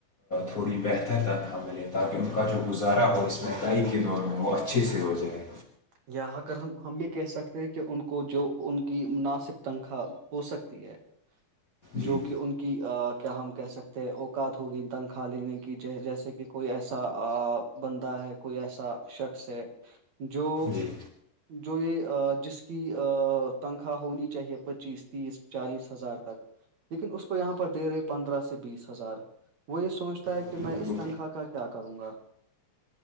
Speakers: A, on the left; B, on the right.
A: تھوڑی بہتر تنخواہ ملے تاکہ ان کا جو گزارا ہو اس مہنگائی کے دور میں وہ اچھے سے ہو جائائے
B: یا اگر ہم ہم یہ کہہ سکتے ہیں کہ ان کو جو ان کی مناسب تنخواہ ہو سکتی ہے
A: جی
B: جو کہ ان کی کیا ہم کہہ سکتے ہیں اوقات ہوگی تنخواہ لینے کی جیسے کہ کوئی ایسا بندہ ہے کوئی ایسا شخص ہے جو
A: جی
B: جو یہ جس کی تنخواہ ہونی چاہیے پچیس تیس چالیس ہزار تک لیکن اس کو یہاں پر دے رہے پندرہ سے بیس ہزار وہ یہ سوچتا ہے کہ
A: جی
B: میں اس تنخواہ کا کیا کروں گا